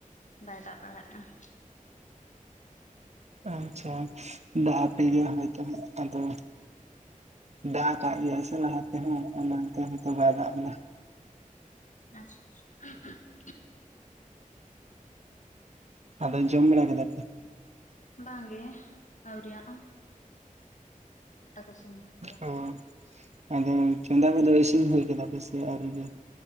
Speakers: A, on the left; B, on the right.
A: ᱵᱟᱭ ᱫᱟᱵ ᱵᱟᱲᱟᱜᱼᱟ ᱾
B: ᱟᱪᱪᱷᱟ ᱾ ᱫᱟᱜ ᱟᱯᱮ ᱜᱮ ᱦᱚᱭᱛᱳ ᱦᱟᱜ ᱟᱫᱚ ᱫᱟᱜ ᱠᱟᱜ ᱜᱮᱭᱟᱭ ᱥᱮ ᱞᱟᱦᱟ ᱛᱮ ᱦᱚᱸ ᱚᱱᱟᱛᱮ ᱦᱳᱭᱛᱚ ᱵᱟᱭ ᱫᱟᱜ ᱮᱱᱟ
A: ᱟᱪᱪᱷᱟ ᱾ <unintelligible>
B: ᱟᱫᱚ ᱡᱚᱢ ᱵᱟᱲᱟ ᱠᱮᱫᱟ
A: ᱵᱟᱝ ᱜᱮ ᱟᱶᱨᱤᱭᱟᱜᱼᱟ ᱟᱠᱚ ᱥᱚᱢᱚᱭ ᱦᱩᱭᱩᱜᱼᱟ
B: ᱚ ᱟᱫᱚ ᱪᱚᱸᱫᱟ ᱠᱚᱫᱚ ᱤᱥᱤᱱ ᱦᱩᱭ ᱠᱮᱫᱟ ᱯᱮ ᱥᱮ ᱟᱹᱣᱨᱤ ᱜᱮ?